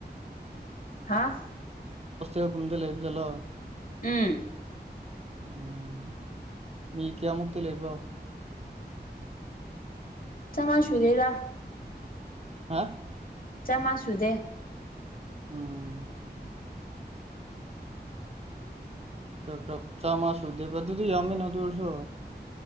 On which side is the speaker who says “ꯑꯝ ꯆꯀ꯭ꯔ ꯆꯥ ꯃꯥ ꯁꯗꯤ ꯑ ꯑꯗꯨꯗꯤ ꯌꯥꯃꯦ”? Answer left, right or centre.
Right